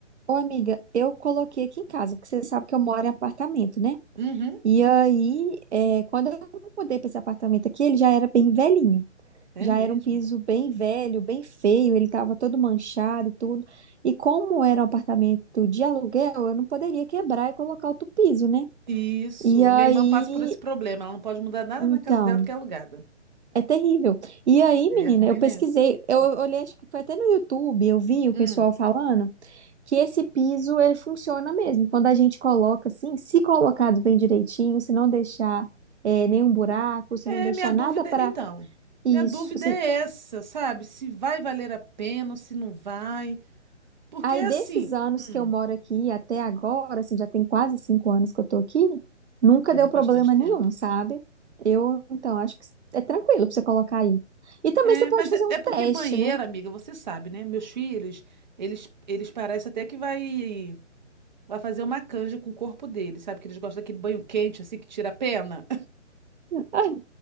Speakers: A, on the right; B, on the right.
A: Ô, amiga, eu coloquei aqui em casa, porque você sabe que eu moro em apartamento, né?
B: Uhum,
A: E aí, é, quando eu mudei para esse apartamento aqui, ele já era bem velhinho.
B: é
A: Já
B: mesmo.
A: era um piso bem velho, bem feio, ele estava todo manchado e tudo. E como era um apartamento de aluguel, eu não poderia quebrar e colocar outro piso, né?
B: Isso.
A: E aí,
B: Minha irmã passa por esse problema, ela não pode mudar nada
A: então,
B: na casa dela porque é alugada.
A: é terrível. E aí,
B: É
A: menina,
B: ruim,
A: eu pesquisei,
B: né?
A: eu olhei, acho que foi até no YouTube, eu vi o
B: Hum.
A: pessoal falando que esse piso ele funciona mesmo. Quando a gente coloca assim, se colocado bem direitinho, se não deixar eh, nenhum buraco, se
B: É,
A: não deixar
B: minha dúvida,
A: nada para
B: então, minha
A: isso,
B: dúvida
A: assim,
B: é essa, sabe? Se vai valer a pena ou se não vai. Porque
A: Aí,
B: assim,
A: desses anos
B: hum,
A: que eu moro aqui até agora, assim, já tem quase cinco anos que eu tô aqui, nunca
B: é
A: deu
B: bastante
A: problema
B: tempo.
A: nenhum, sabe? Eu, então, acho que é tranquilo pra você colocar aí. E também
B: É,
A: você pode
B: mas
A: fazer
B: é,
A: um
B: é porque
A: teste,
B: banheiro,
A: né?
B: amiga, você sabe, né? Meus filhos, eles eles parecem até que vai vai fazer uma canja com o corpo deles, sabe? Que eles gostam daquele banho quente assim que tira a pena.
A: Ai,